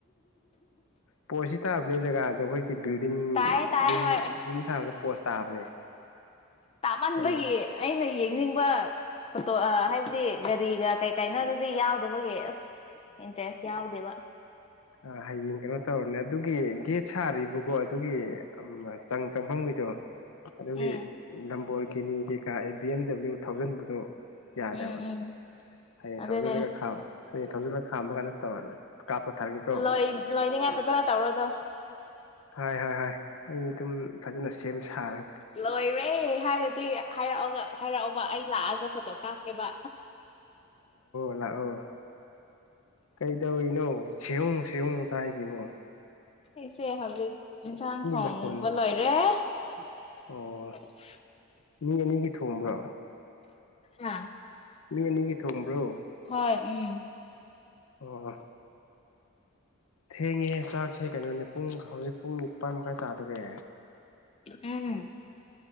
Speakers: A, on the left; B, on the left.
A: ꯄꯣꯁꯁꯤ ꯊꯥꯕꯅꯦ ꯖꯒꯥꯗꯣ ꯑꯩꯈꯣꯏꯒꯤ ꯕꯤꯜꯗꯤꯡ
B: ꯇꯥꯏꯌꯦ ꯇꯥꯏꯌꯦ
A: ꯌꯨꯝ
B: ꯍꯣꯏ
A: ꯌꯨꯝ ꯁꯥꯕꯗ ꯄꯣꯁ ꯇꯥꯕꯅꯦ
B: ꯇꯥꯃꯟꯕꯒꯤ
A: ꯑꯩꯅ
B: ꯑꯩꯅ ꯌꯦꯡꯅꯤꯡꯕ ꯐꯣꯇꯣ ꯑ ꯍꯥꯏꯕꯗꯤ ꯒꯥꯔꯤꯒ ꯀꯩ ꯀꯥꯏꯅꯣ ꯑꯗꯨꯗꯤ ꯌꯥꯎꯗꯕꯒꯤ ꯑꯁ ꯏꯟꯇꯔꯦꯁ ꯌꯥꯎꯗꯦꯕ
A: ꯑ ꯍꯌꯦꯡ ꯀꯩꯅꯣ ꯇꯧꯔꯅꯦ ꯑꯗꯨꯒꯤ ꯒꯦꯠ ꯁꯥꯔꯤꯕꯀꯣ ꯑꯗꯨꯒꯤ ꯆꯪ ꯆꯪꯐꯝꯒꯤꯗꯣ ꯑꯗꯨꯒꯤ
B: ꯎꯝ
A: ꯅꯝꯕꯜꯒꯤꯅꯤ ꯀꯩꯀꯥ ꯑꯦ ꯕꯤ ꯑꯦꯝ ꯗꯕ꯭ꯂꯤꯎ ꯊꯥꯎꯖꯟꯕꯗꯨꯣ ꯌꯥꯗꯦꯕ
B: ꯎꯝ ꯎꯝ
A: ꯍꯌꯦꯡ
B: ꯑꯗꯨꯅꯦ
A: ꯊꯥꯎꯖꯤꯜꯂꯒ ꯈꯥꯝ ꯍꯌꯦꯡ ꯊꯧꯖꯤꯜꯂ ꯈꯥꯝꯕ ꯀꯥꯟꯗ ꯇꯧꯔ ꯀꯥꯞꯄ ꯊꯥꯒꯦꯀꯣ
B: ꯂꯣꯏ ꯂꯣꯏꯅꯤꯡꯉꯥꯏ ꯐꯖꯅ ꯇꯧꯔꯣꯗꯣ
A: ꯍꯣꯏ ꯍꯣꯏ ꯍꯣꯏ ꯑꯩ ꯑꯗꯨꯝ ꯐꯖꯅ ꯁꯦꯝ ꯁꯥꯔ
B: ꯂꯣꯏꯔꯦ ꯍꯥꯏꯔꯗꯤ ꯍꯥꯏꯔꯛꯑꯒ ꯍꯥꯏꯔꯛꯑꯣꯕ ꯑꯩ ꯂꯥꯛꯑꯒ ꯐꯣꯇꯣ ꯀꯥꯞꯀꯦꯕ
A: ꯆꯂꯥꯛꯑꯣ ꯀꯩꯗꯧꯔꯤꯅꯣ ꯁꯤꯍꯣꯡ ꯁꯤꯍꯣꯡ ꯇ ꯍꯥꯏꯁꯤꯕꯣ
B: ꯏꯁꯦ ꯍꯧꯖꯤꯛ ꯏꯟꯁꯥꯡ ꯊꯣꯡꯕ
A: ꯃꯈꯣꯟ
B: ꯂꯣꯏꯔꯦ <unintelligible>
A: ꯑꯣ ꯃꯤ ꯑꯅꯤꯒꯤ ꯊꯣꯡꯕ꯭ꯔꯥ
B: ꯍꯥꯥ
A: ꯃꯤ ꯑꯅꯤꯒꯤ ꯊꯣꯡꯕ꯭ꯔꯣ
B: ꯍꯣꯏ ꯎꯝ
A: ꯑꯣ ꯊꯦꯡꯉꯦꯍꯦ ꯆꯥꯛꯁꯦ ꯀꯩꯅꯣꯅꯦ ꯄꯨꯡ ꯍꯧꯖꯤꯛ ꯄꯨꯡ ꯅꯤꯄꯥꯟ ꯃꯈꯥꯏ ꯇꯥꯗꯣꯔꯦ
B: ꯑꯝ